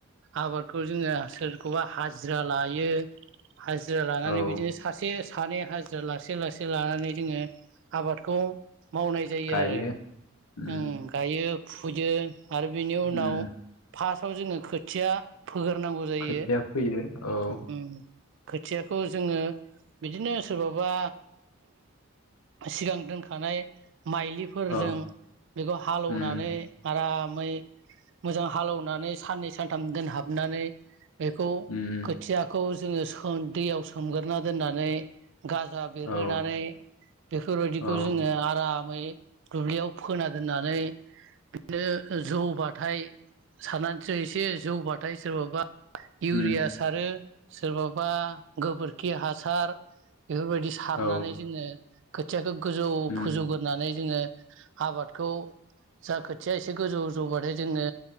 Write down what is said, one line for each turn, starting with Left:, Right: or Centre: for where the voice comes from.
Right: आबादखौ जोङो सोरखौबा हाजिरा लायो हाजिरा लानानै
Left: औ
Right: बिदिनो सासे सानै हाजिरा लासै लासै लानानै जोङो आबादखौ मावनाय जायो
Left: गायो
Right: आरो
Left: उम
Right: ओम गायो फुयो आरो बिनि उनाव
Left: उम
Right: फार्स्टआव जोङो खोथिया फोगोरनांगौ जायो
Left: खोथिया फैयो औ
Right: ओम खोथियाखौ जोङो बिदिनो सोरबाबा सिगां दोनखानाय माइलिफोरजों
Left: औ
Right: बेखौ हाल एवनानै
Left: उम
Right: आरामै मोजां हालौनानै साननै सानथाम दोनहाबनानै बेखौ
Left: उम
Right: खोथियाखौ जोङो सोन दैयाव सोमग्रोना दोननानै गाजा बेरहोनानै
Left: औ
Right: बेफोरबायदिखौ
Left: औ
Right: जोङो आरामै दुब्लियाव फोना दोननानै बिदिनो जौ बाथाय सारनानैसो एसे जौबाथाय सोरबाबा इउरिया
Left: उम
Right: सारो सोरबाबा गोबोरखि हासार बेफोरबायदि सारनानै
Left: औ
Right: जोङो खोथियाखौ गोजौ
Left: उम
Right: फोजौग्रोनानै जोङो आबादखौ जा खोथिया एसे गोजौ जौबाथाय जोङो